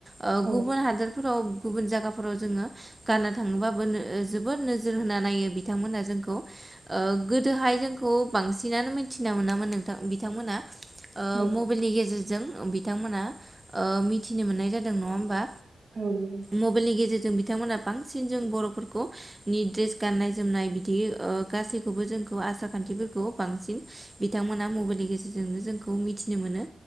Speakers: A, on the right; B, on the right.
A: ओ गुबुन
B: औ
A: हादोरफोराव गुबुन जायगाफोराव जोङो गानना थाङोबा जोबोर नोजोर होनानै नायो बिथांमोनहा जोंखौ ओ गोदोहाय जों खौ बांसिनानो मिथिना मोनामोन नोंथां बिथांमोना ओ
B: औ
A: मबाइलनि गेजेर जों बिथांमोना ओ मिथिनो मोननाय जादों नङा होमबा
B: औ नंगौ
A: मबाइलनि गेजेरजों। जों बिथांमोनहा बांसिन जों बर'फोरखौ नि द्रेस गान्नाय जोमनाय बिदि गासैखौबो जों ज आसार खान्थिफोरखौ बांसिन बिथांमोना मबाइलनि गेजेरजोंनो जोंखौ मिथिनो मोनो।